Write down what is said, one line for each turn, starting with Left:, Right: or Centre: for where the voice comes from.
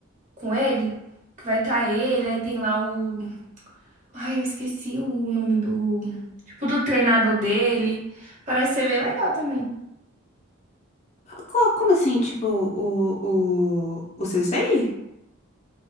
Right: com ele. Que vai estar ele, aí tem lá o. Ai, eu esqueci o nome do. Tipo, do treinador dele. Parece ser bem legal também.
Left: Co- Como assim, tipo, o, o, o Sensei?